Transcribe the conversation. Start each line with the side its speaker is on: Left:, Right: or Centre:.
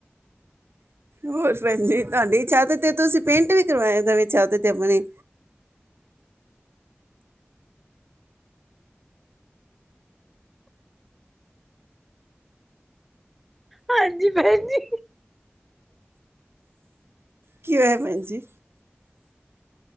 Right: ਹੋਰ ਭੈਂਜੀ ਤਾਡੀ ਛਾਤ ਤੇ ਤੁਸੀਂ ਪੇਂਟ ਵੀ ਕਰਵਾਯਾ ਨਵੀ ਛੱਤ ਤੇ ਅਪਣੀ
Centre: ਹਾਂਜੀ ਭੈਣ ਜੀ।
Right: ਕੀ ਹੋਯਾ ਭੈਂਜੀ।